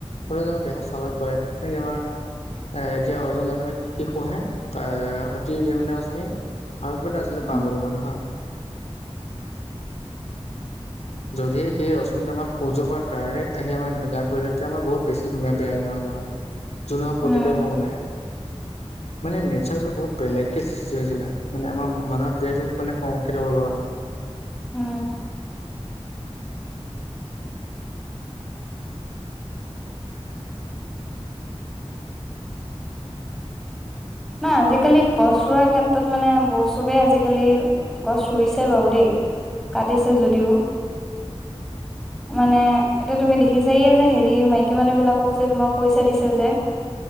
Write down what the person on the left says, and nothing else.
সৰুতে যে আমাৰ দেহত ছালত পৰে সেই আমাৰ এ এতিয়া সূৰ্যলে তুমি কি কি শোহে এ অতি বেঙুনীয়া ৰশ্মি আৰু কেইটা আছিলে,
পাহৰি মই হা। যদিহে, সেই ৰশ্মিটো আমাৰ সূৰ্যৰ পৰা ডাইৰেক্ট আহি আমাৰ গাত পৰিলে হয়। তেতিয়া আমাৰ বহুত বেছি বেয়া বেমাৰ হ'লে হয়। যিটো আমাৰ
প্ৰতিকাৰ কোনো নাই।
মানে নেচাৰটো বহুত বেলেগকে সৃষ্টি হৈছিলে, মানে আমাৰ মানৱ দেহটোক মানে সংৰক্ষিত কৰিব কাৰণে।
<inaudible>